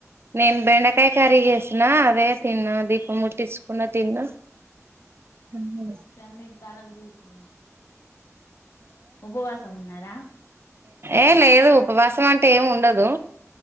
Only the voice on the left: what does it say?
షమీర్ తాలక్ దిసింధ ఉపవాసం ఉన్నారా